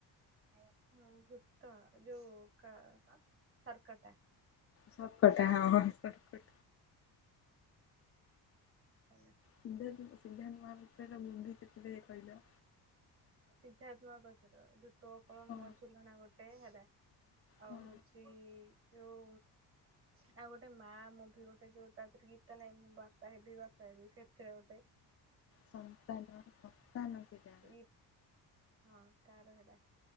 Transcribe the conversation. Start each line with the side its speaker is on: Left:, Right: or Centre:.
Right: ହଁ ଭୂତ ଯୋଉ କା କଣ? ସର୍କଟା।
Left: ସର୍କଟା ହଁ ହଁ ସର୍କଟା।
Right: ହେଲା।
Left: ସିଦ୍ଧ ସିନ୍ଧାନ୍ତ ମହାପାତ୍ର। ତା ମୁଭି କେତେ ଦେଖି କହିଲ?
Right: ସିର୍ଦ୍ଧାତ ମହାପାତ୍ର ର। ତୋ କଣ
Left: ହଁ
Right: ମୋ ଝୁଲଣା ଗୋଟେ ହେଲା ଆଉ
Left: ହଁ
Right: ହଉଛି ଯୋଉ ଆଉ ଗୋଟେ ମା ମୁଭି ବି ଗୋଟେ ଯୋଉ ତା ଥିରେରେ ଗୀତ ନାଇଁ ମୁଁ ବାପା ହେବି ବାପା ହେବି ସେଥିରେ ଗୋଟେ
Left: ସନ୍ତାନ ସନ୍ତାନ। ସେଟା
Right: ତ ଗୀତ ହଁ ତାର ହେରା